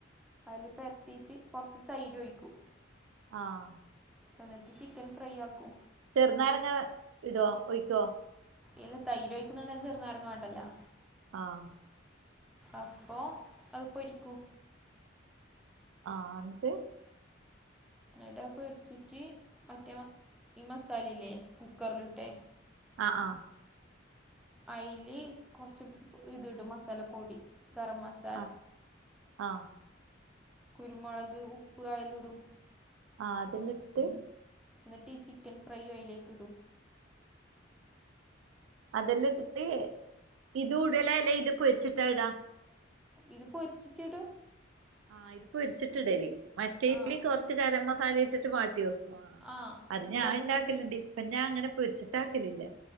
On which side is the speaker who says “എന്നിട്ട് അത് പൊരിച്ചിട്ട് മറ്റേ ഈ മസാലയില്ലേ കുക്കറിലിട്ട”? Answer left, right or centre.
Centre